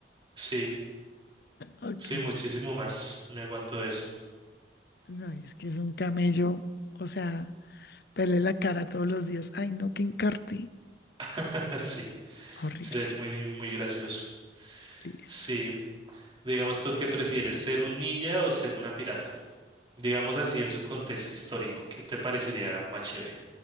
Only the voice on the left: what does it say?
Ok.
No, es que es un camello, o sea, verle la cara todos los días. Ay, no, que encarte.
Horrible.
Listo.